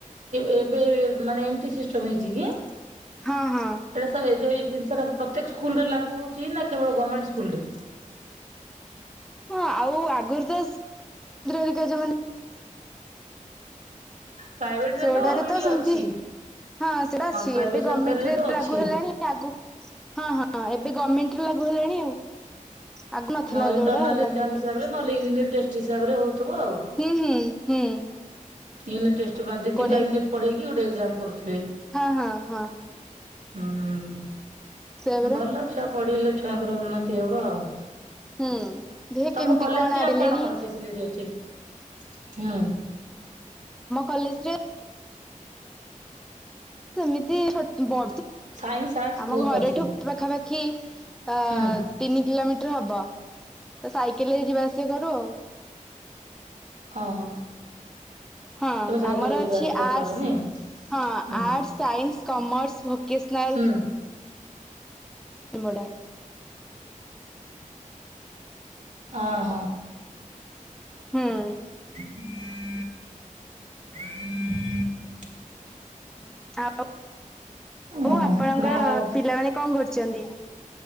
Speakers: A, on the right; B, in the centre.
A: ଏବେ ମାନେ ଏମତି ସିଷ୍ଟମ ହେଇଛି କି। ଏଟ
B: ହଁ ହଁ
A: ସବ ଏ ଯୋଇ ଜିନିଷା ପ୍ରତକ ସ୍କୁଲ ରେ ଲାଗୁ ହଉଛି ନା କେବଳ ଗମେଣ୍ଡ ସ୍କୁଲରେ
B: ହଁ ଆଉ ଆଗରୁ ତରିକ ଯୋ ମାନେ
A: ପ୍ରାଇଭେଟ
B: ସେଗୁଡାରେ
A: ରେ ଅଲରେଡି
B: ତ ସେମତି
A: ଅଛି
B: ହଁ ସେଟା ଅଛି
A: ପ୍ରାଇଭେଟ
B: ଏବେ ଗଭର୍ମେଣ୍ଟରେ
A: ସରକାରୀରେ ତ ଅଛି।
B: ଲାଗୁ ହେଲାଣି ଆଗ ହଁ ହଁ ଏବେ ଗମେଣ୍ଟ ର ଲାଗୁ ହେଲାଣି ଆଉ। ଆଗୁ ନଥିଲା
A: ହଁ ଇଣ୍ଟରନାଲ
B: ଯୋଉଟା ଗମେଣ୍ଟ
A: ଏକ୍ଜାମ ହିସାବରେ
B: ରେ ଆସିଲାଣି।
A: ନହେଲେ ୟୁନିଟ୍ ଟେଷ୍ଟ ହିସାବରେ ହଉଥିବ ଆଉ।
B: ହୁଁ ହୁଁ ହୁଁ
A: ୟୁନିଟ ଟେଷ୍ଟ ଦି
B: କୋଡିଏ
A: ତିନିଟା ୟୁନିଟ୍ ପଢେଇକି ଗୋଟେ ଏକ୍ଜାମ କରୁଥେ
B: ହଁ ହଁ ହଁ।
A: ହୁଁଉ।
B: ସେୟା ପରା
A: ଭଲ ଅଛ। ପଡିିଲେ ଛୁଆଙ୍କର ଉନ୍ନତି ହବ ଆଉ।
B: ହୁଁ। ଦେ କେମିତି
A: ତମ କଲେଜରେ
B: ଆଗିଲେଣି
A: ଆଉ କଣ କଣ ଫେସିଲିଟୀ ଅଛି ହୁଁ।
B: କଲେଜ ରେ। ସେମିତି। <inaudible> ବ
A: ସାଇନ୍ସ ଆର୍ଟସ୍
B: ଆମ
A: ବହୁତ
B: ଘରଠୁ
A: ଅଛି।
B: ପାଖାପାଖି ଖି। ଅ
A: ହୁଁ
B: ତିନି କିଲୋମିଟର ହବ ତ ସାଇକେଲରେ ଯିବା ଆସିବା କରୁ ଆଉ।
A: ହଁ।
B: ହଁ
A: ତମେ ସାଇକେଲରେ
B: ଆମର ଅଛି
A: ଯିବା ଆସିବା
B: ଆର୍ଟସ୍
A: କର ନାଇଁ?
B: ହଁ
A: ହୁଁ
B: ଆର୍ଟସ୍ ସାଇନ୍ସ। କମର୍ସ ଭ କିସ୍ନାଲ।
A: ହୁଁ
B: ମୋଡା।
A: ହ ହୋ।
B: ହୁଁ।
A: <inaudible>
B: ଆଉ
A: ଓହୋ
B: ହଉ ଆପଣଙ୍କର
A: ନା ଆଉ
B: ପିଲାମାନେ କଣ କରୁଛନ୍ତି?